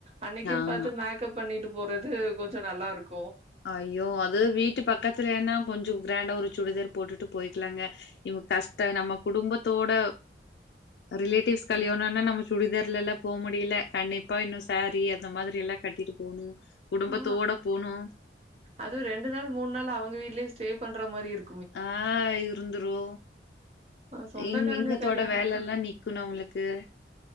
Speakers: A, on the right (about 35°); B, on the left (about 65°).
A: அன்னைக்குன்னு
B: ஆமா
A: பாத்து மேக்கப் பண்ணிட்டு போறது கொஞ்சோ நல்லாருக்கு
B: ஐயோ அது வீட்டு பக்கத்துலேன்னா கொஞ்சோ கிராண்டா ஒரு சுடிதார் போட்டுட்டு போயிக்கலாங்க இவுங்க கஷ்டோ நம்ம குடும்பத்தோட ரிலேடிவ்ஸ் கல்யாணோன்னா
A: ம்
B: நம்ம சுடிதார் த்துலல்லா போ முடியல கண்டிப்பா இன்னு சாரீ அந்த மாதிரியெல்லா கட்டிட்டு போணு குடும்பத்தோட
A: ஆ
B: போணு
A: அதுவு ரெண்டு நாள் மூணு நாள் அவுங்க வீட்லயே ஸ்டே பண்ற மாதிரி இருக்கு
B: ஆஹ் இருந்துரு
A: ஆ சொந்தக்காரங்க
B: இங் இங்கத்தோட
A: கல்யாணோ
B: வேலல்லா நிக்கணு அவுங்களுக்கு